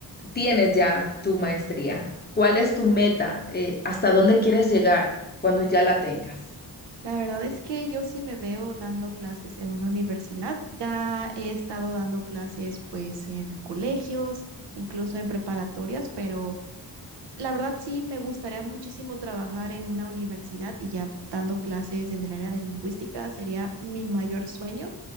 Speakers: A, on the left; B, on the right.
A: tienes ya tu maestría, ¿cuál es tu meta? Eh, ¿hasta dónde quieres llegar cuando ya la tengas?
B: La verdad es que yo sí me veo dando clases en una universidad. Ya he estado dando clases, pues, en colegios, incluso en preparatorias, pero La verdad sí, me gustaría muchísimo trabajar en una universidad y ya dando clases en el área de lingüística sería mi mayor sueño.